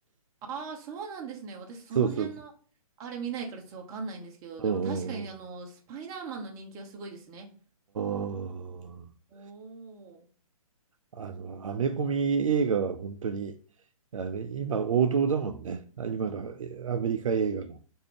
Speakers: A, on the right; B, on the right.
A: ああ、そうなんですね。私、その辺の、
B: そうそうそ
A: あれ見ないからちょっとわかんないんですけど、でも確かに、
B: う。うんうんうん。
A: あの、スパイダーマンの人気はすごいですね。
B: あー
A: おー。
B: あの、アメコミ映画は本当に、あの、今王道だもんね。あ今のアメリカ映画の。